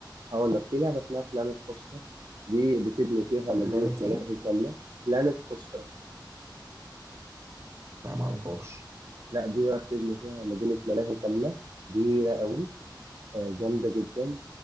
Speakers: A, on the right; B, on the right.
A: هقول لك في لعبه اسمها بلانيت كوستر دي بتبني فيها مدينه
B: بلانت
A: ملاهي
B: ايه
A: كامله بلانيت كوستر
B: لا ما اعرفهاش
A: لا دي بقى بتبني فيها مدينة ملاهي كاملة كبيرة قوي آه، جامدة جدا